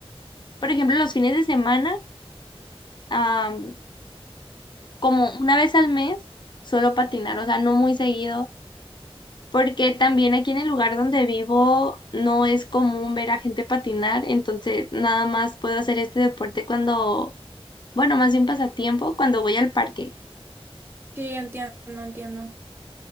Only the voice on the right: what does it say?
Sí, entiendo, entiendo.